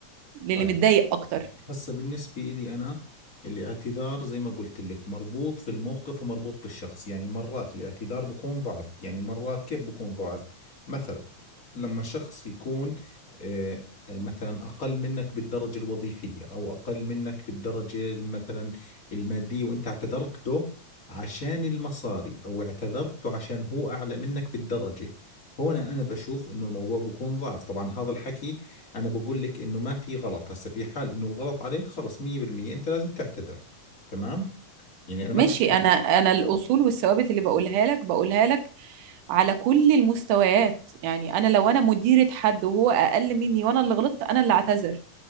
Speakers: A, on the right; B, on the left.
A: للي
B: طيب
A: متضايق أكتر
B: هسه بالنسبة لي أنا الاعتذار زي ما قلت لك مربوط في الموقف ومربوط بالشخص يعني مرات الاعتذار بكون ضعف يعني مرات كيف بكون ضعف مثلا لما شخص يكون آه، مثلا أقل منك بالدرجة الوظيفية أو أقل منك بالدرجة مثلا المادية وأنت اعتذرت له عشان المصاري أو اعتذرت له عشان هو أعلى منك بالدرجة هنا أنا بشوف إنه الموضوع بكون ضعف طبعا هذا الحكي أنا بقول لك إنه ما في غلط هسه في حال إنه الغلط عليك خلص 100% أنت لازم تعتذر تمام يعني أنا ما
A: ماشي
B: بحكي لك
A: انا انا الاصول والثوابت اللي بقولها لك بقولها لك على كل المستويات يعني انا لو انا مديرة حد وهو اقل مني وانا اللي غلطت انا اللي اعتذر